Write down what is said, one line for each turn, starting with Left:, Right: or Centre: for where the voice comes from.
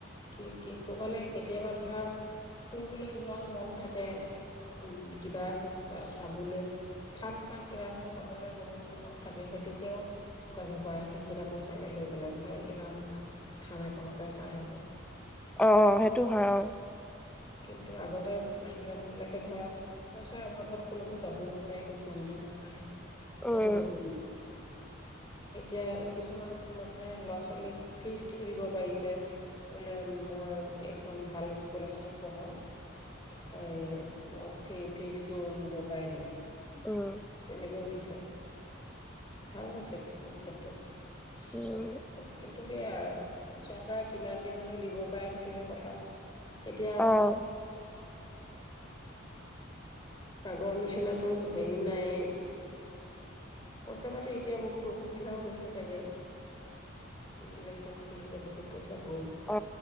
Left: কি, কি কবালৈ কেতিয়াবা ধৰা ফুৰিবলৈ যোৱাও মন থাকে। উ কিবা এখন চ চাবলৈ থান চান কিবা এখন চাবলৈ মন। থাকে সেই তেতিয়াও যাব পাৰে সেইকেইটা পইচাকে লৈ পেলাই বোলে এইবাৰ মই থান এখনকে চাই আহো।
Centre: অ', সেইটো হয় অ।
Left: কিন্তু আগতে মাইকী মানুহ বিলাকে ধৰা পইচাৰ অভাৱত ক'লৈকো যাবও নোৱাৰে একো কৰিবও নোৱাৰে
Centre: অ উম
Left: বহুত অসু এতিয়া কিছুমান মানুহে ল'ৰা ছোৱালীক ফিজটোও দিব পাৰিছে। বোলে মই এইখন ভাল স্কুল এখনত পঢ়াও এ মই ফি ফিজটো অৰুণোদয় পৰাই দিম
Centre: উম
Left: তেনেকেও দিছে। ভাল হৈছে কিছুমান ক্ষেত্ৰত
Centre: উম উম
Left: কিন্তু সেইয়া চৰকাৰে কিমান দিনলৈ দিব পাৰে সেইটোহে কথা এতিয়া।
Centre: অ',
Left: পাগৰ নিচিনাটো হেৰি নাই এ। পইচা পাতি এতিয়া বহুত অসুবিধাও হৈছে চাগে ইলেকশ্যন খেলোঁতে বহুত পইচা গ'ল।
Centre: অ